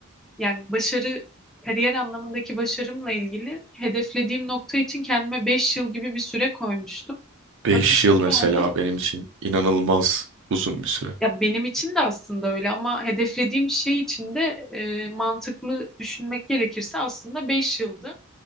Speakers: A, in the centre; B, on the right.
A: yani başarı kariyer anlamındaki başarımla ilgili hedeflediğim nokta için kendime 5 yıl gibi bir süre koymuştum.
B: 5
A: Akışta
B: yıl
A: kaldım.
B: mesela benim için inanılmaz uzun bir süre.
A: Ya benim için de aslında öyle ama hedeflediğim şey için de e, mantıklı düşünmek gerekirse aslında beş yıldı.